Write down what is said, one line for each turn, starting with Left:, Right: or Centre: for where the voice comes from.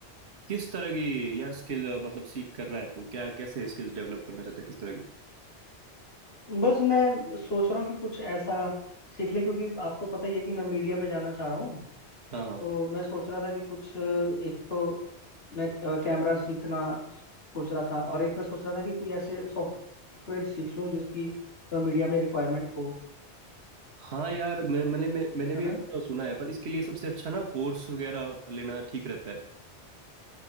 Right: किस तरह की यार स्किल मतलब सीख कर रहा है तू क्या कैसे स्किल्स डेवलप करना चाहता है किस तरह की
Left: बस मैं सोच रहा हूँ कि कुछ ऐसा सीख ले क्योंकि आपको पता ही है कि मैं मीडिया में जाना चाह रहा हूँ
Right: हाँ हाँ
Left: तो मैं सोच रहा था कि कुछ अ, एक तो मैं कैमरा सीखना सोच रहा था और एक मैं सोच रहा था कि कोई ऐसे सॉफ्टवेयर सीख लूँ जिसकी मीडिया में रिक्वायरमेंट हो
Right: हाँ यार मैं मैंने मैं, मैंने
Left: है
Right: भी
Left: ना
Right: ऐसा सुना है पर इसके लिए सबसे अच्छा ना कोर्स वगैरह लेना ठीक रहता है